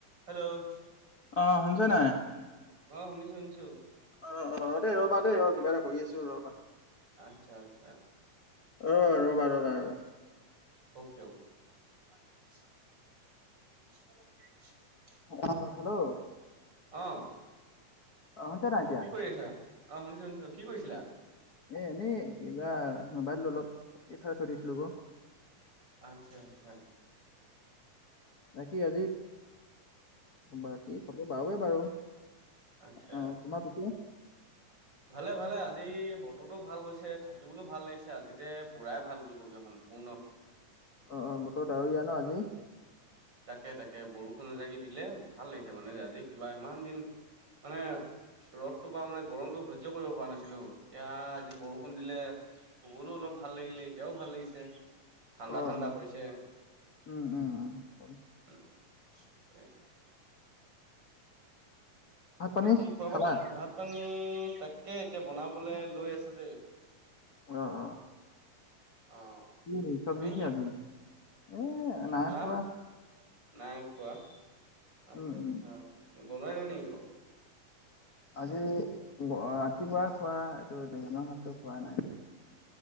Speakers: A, on the right; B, on the left.
A: হেল্ল'
B: অ, সোণ ছে নাই।
A: অ, শুনিছো, শুনিছো।
B: অ', অ', দেই ৰ'বা দেই ৰ কিবা এটা কৰি আছো ৰ'বা।
A: আচ্ছা, আচ্ছা।
B: ৰ, ৰ'বা, ৰ'বা, ৰ।
A: <inaudible>
B: আহ, হেল্ল'?
A: অ'।
B: অ, শ, হৈছে নাইতিয়া
A: কি কৰি আছা অ শুনিছো শুনিছো কি কৰিছিলা
B: এ, নি কিবা মোবাইলটো অলপ এফা চৰিছিলো ব।
A: আচ্ছা, আচ্ছা।
B: বাকী আজি, বাকী খব বাৰৱে বাৰু।
A: আচ্ছা।
B: অ তোমাৰ পিছে
A: ভালে, ভালে আজি বতৰতো ভাল গৈছে, থাকিবলৈও ভাল লাগিছে, আজিতে পুৰায় ভাল বুলি ক'ল সম্ভৱ। শূন
B: অ', অ', বতৰ ডাৱৰীয়া ন, আজি।
A: তাকে-তাকে, বৰষুণ এজাকি দিলে ভাল লাগিছে। মানে আজি, কিবা ইমান দিন মানে, ৰ'দটো পা, মানে, গৰমটোতো সহ্য কৰিব পৰা নাছিলোঁ। এতিয়া, আজি বৰষুণ দিলে। খবৰো অলপ ভাল লাগিলে, এতিয়াও ভাল লাগিছে। ঠাণ্ডা
B: অ',
A: ঠাণ্ডা
B: অ',
A: কৰিছে
B: উম, উম, উম।
A: <unintelligible>
B: ভাত পানী
A: বাকী, খোৱা-বোৱা,
B: খালা
A: ভাত-পানী, তাকে এতিয়া বনাবলৈ লৈ আছোঁ দেই।
B: অ', অ'।
A: অ,
B: কি চব্জিহে
A: তুমি?
B: আজি এ নাই
A: হাঁ,
B: খোৱা
A: নাই কোৱা। আচ্ছা,
B: উম
A: আচ্ছা।
B: উম
A: কি বনোৱাই নে নেকি ক?
B: আজি, ৰাতিপুৱাই খোৱা। এইটো, দিহানৰ হাতটো খোৱা নাই।